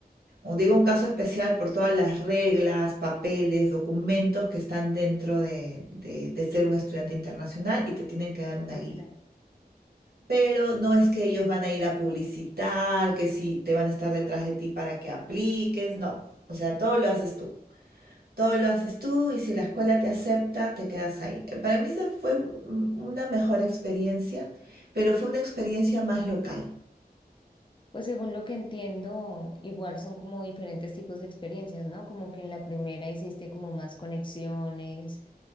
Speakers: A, on the right (about 70°); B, on the left (about 30°).
A: O digo un caso especial por todas las reglas, papeles, documentos que están dentro de, de, de ser un estudiante internacional y te tienen que dar una
B: Sí,
A: guía.
B: claro.
A: Pero no es que ellos van a ir a publicitar, que si te van a estar detrás de ti para que apliques, no. O sea, todo lo haces tú. Todo lo haces tú y si la escuela te acepta, te quedas ahí. Eh, Para mí esa fue mm, una mejor experiencia, pero fue una experiencia más local.
B: Pues según lo que entiendo, igual son como diferentes tipos de experiencias, ¿no? Como que en la primera hiciste como más conexiones,